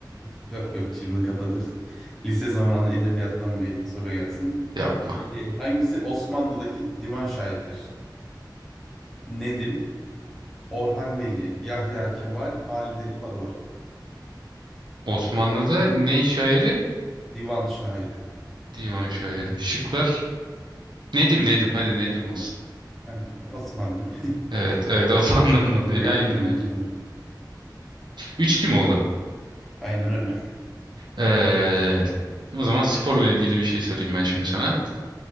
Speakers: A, in the centre; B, on the right.
A: yok yok şimdi kapatırsın. Lise zamanı edebiyattan bir soru gelsin.
B: Yapma.
A: Ee, hangisi Osmanlı'daki divan şairidir? Nedim, Orhan Veli, Yahya Kemal, Halide Edip adı var.
B: Osmanlı'da ne şairi?
A: Divan şairi.
B: Divan şairi. Şıklar. Nedim Nedim. Hadi Nedim olsun.
A: Aynen. Osmanlı.
B: Evet evet <laughs> Osmanlı'dan
A: <laughs>
B: dolayı.
A: Cumhuriyet
B: Aynen
A: dönemi gibi
B: öyle.
A: sanırım.
B: 3 kim oldu?
A: Aynen öyle.
B: Ee, o zaman sporla ilgili bir şey sorayım ben şimdi sana.